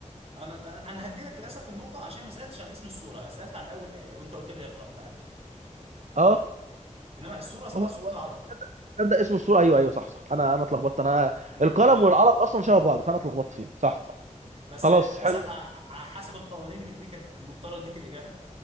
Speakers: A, on the right (about 50°); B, on the right (about 70°).
A: انا انا أنا هدي لك للاسف النقطه عشان ما سالتش عن اسم السوره سالت عن اول ايه وانت قلت لي اقرا فعلا
B: اه
A: انما الصوره اسمها
B: هو
A: صوره
B: هو
A: علق
B: تصدق تصدق اسم السورة ايوه ايوه صح صح انا انا اتلخبطت انا
A: امم
B: القلم والعلق اصلا شبه بعض فانا اتلخبطت فيهم صح صح
A: بس
B: خلاص
A: للاسف
B: حلو
A: ع- ع- حسب القوانين مديك مضطر اديك الاجابه